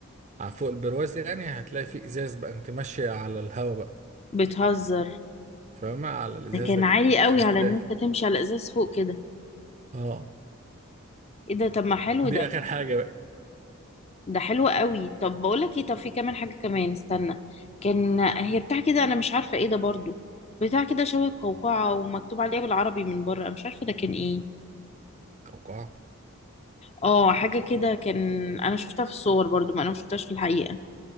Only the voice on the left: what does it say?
بتهزر
ده كان
عالي قوي على ان انت تمشي على ازاز فوق كده
ايه ده طب ما حلو
ده
ده حلو قوي طب بقول لك ايه طب في كمان حاجة كمان استنى كان هي بتاع كده انا مش عارفة ايه ده برضو بتاع كده شبه القوقعة ومكتوب عليها بالعربي من بره مش عارفة ده كان ايه
اه حاجة كده كان انا شفتها في الصور برضو ما انا مشفتهاش في الحقيقة